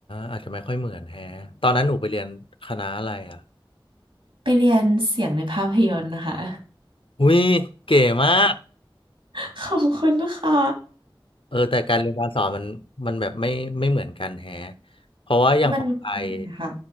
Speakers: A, on the left; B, on the right.
A: อาจจะไม่ค่อยเหมือนแฮะตอนนั้นหนูไปเรียนคณะอะไรอ่ะ
B: ไปเรียนเสียงในภาพยนตร์นะคะ
A: อุ้ยเก๋มาก
B: <laughs> ขอบคุณนะคะ
A: เออแต่การเรียนการสอนมันมันแบบไม่ไม่เหมือนกันแฮะเพราะว่าอย่างของไทย
B: มัน <laughs> นะคะ